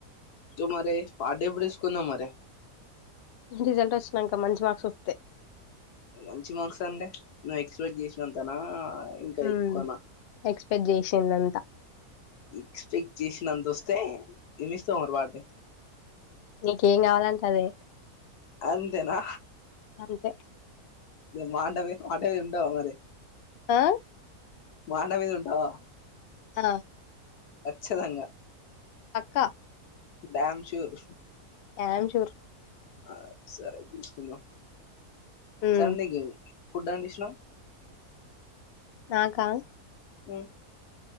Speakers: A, on the left; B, on the left.
A: తు మరి పార్టీ ఎప్పుడు తీసుకుందాం మరి
B: రిజల్ట్ వచ్చినాక మంచి మార్క్స్ వస్తే
A: మంచి మార్క్స్ అంటే నువ్వు ఎక్స్పెక్ట్ చేసినంతనా ఇంకా
B: హ్మ్మ్
A: ఎక్కువనా
B: చేసిందంతా
A: ఎక్స్పెక్ట్ చేసినంత వస్తే ఎం ఇస్తావ్ మరి పార్టీ
B: నీకేం కావాలంటే అదే
A: అంతేనా
B: అంతే
A: మాటవి మాటవి వింటావా మరి
B: ఆ
A: మాట మీద ఉంటావా
B: ఆ
A: కచ్చితంగా
B: అక్క
A: డ్యామ్ శూర్
B: డామ్ షూర్
A: ఆ సరే చూదాం
B: ఉమ్
A: చాల్ నికి ఫుడ్ అంటె ఇష్టం
B: నాకా
A: ఉమ్